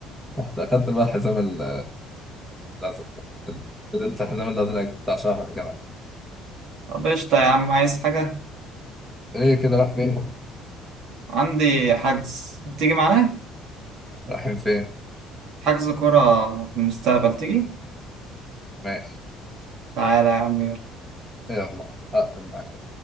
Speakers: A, in the centre; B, on the right.
A: رحت اخدت بقى الحزام ال- الازرق فضلت الحزام الازرق بتاع شهر كمان
B: طب قشطة يا عم عايز حاجة
A: ايه كده راح فين؟
B: عندي حجز تيجي معانا
A: رايحين فين؟
B: حجز كرة في المستقبل تيجي
A: ماشي
B: تعالى يا عم يلا.
A: يلا هقفل معاك